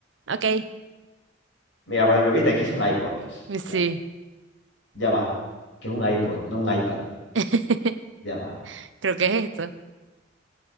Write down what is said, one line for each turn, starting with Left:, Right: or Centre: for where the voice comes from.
Right: Ok.
Left: Mira, por ejemplo, viste que es un iPod.
Right: Y Sí.
Left: O sea, ya va. Que es un iPod, no un iPad.
Right: <laughs>
Left: Ya va.
Right: Creo que es esto.